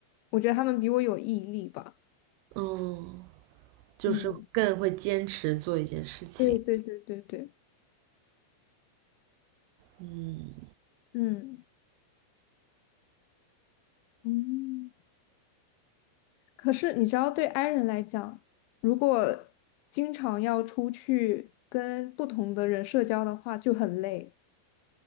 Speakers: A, on the left (about 80°); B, on the right (about 85°).
A: 我觉得他们比我有毅力吧。
B: 嗯，就是更会坚持做一件事情。
A: 嗯，对对对对对，
B: 嗯，
A: 嗯。嗯。可是你知道，对 i 人来讲，如果经常要出去跟不同的人社交的话，就很累。